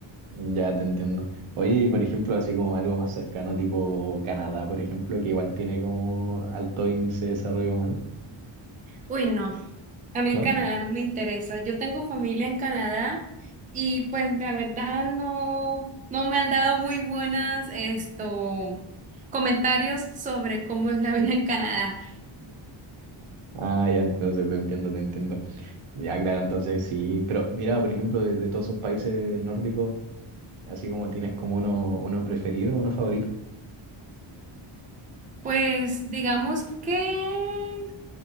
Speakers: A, on the right (about 80°); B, on the right (about 20°).
A: ya te entiendo. Oye, y por ejemplo, así como algo más cercano, tipo Canadá, por ejemplo, que igual tiene como alto índice de desarrollo humano,
B: Uy, no, a mí
A: ¿no?
B: Canadá no me interesa. Yo tengo familia en Canadá y pues la verdad no, no me han dado muy buenas esto, comentarios sobre cómo es la vida en Canadá.
A: Ah, ya, entonces te entiendo, te entiendo. Ya, claro, entonces sí, pero mira, por ejemplo, de, de todos esos países nórdicos, así como tienes como uno, uno preferido, uno favorito.
B: Pues digamos que